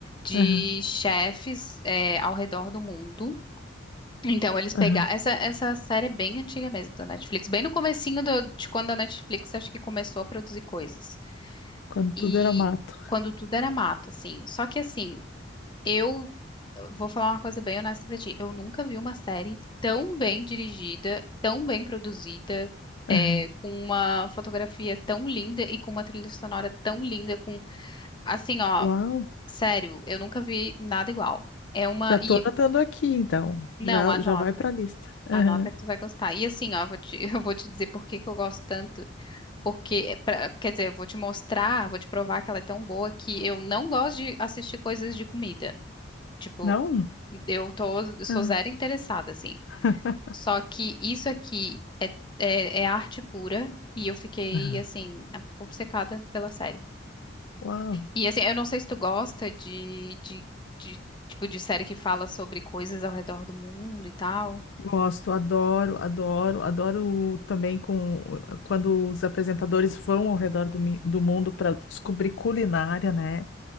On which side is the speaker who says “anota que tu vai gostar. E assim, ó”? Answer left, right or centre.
Left